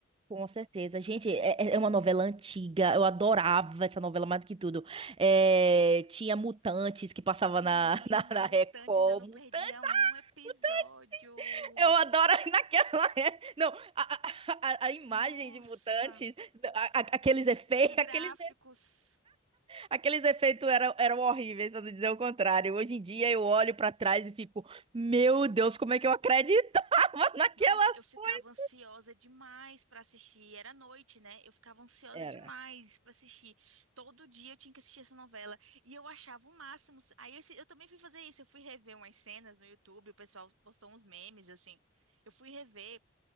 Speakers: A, on the right; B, on the right.
A: com certeza. Gente, é, é é uma novela antiga. Eu adorava essa novela mais do que tudo. É, tinha Mutantes que passava
B: Menina,
A: na, <laughs> na, na
B: Mutantes,
A: Record.
B: eu não perdia
A: Mutantes,
B: um
A: ah,
B: episódio.
A: Mutantes, eu adoro <laughs> naquela. é, Não, a, a, a- a imagem
B: Nossa.
A: de Mutantes, a- a- aqueles efeitos,
B: Os gráficos.
A: <laughs> aqueles, aqueles efeitos eram, eram horríveis, pra não dizer o contrário. Hoje em dia eu olho pra trás e fico, meu Deus, como é que eu acreditava <laughs> naquelas
B: Nossa, eu ficava
A: coisas?
B: ansiosa demais para assistir. Era noite, né? Eu ficava ansiosa
A: Era.
B: demais para assistir. Todo dia eu tinha que assistir essa novela. E eu achava o máximo. Aí eu, eu também fui fazer isso. Eu fui rever umas cenas no YouTube. O pessoal postou uns memes, assim. Eu fui rever.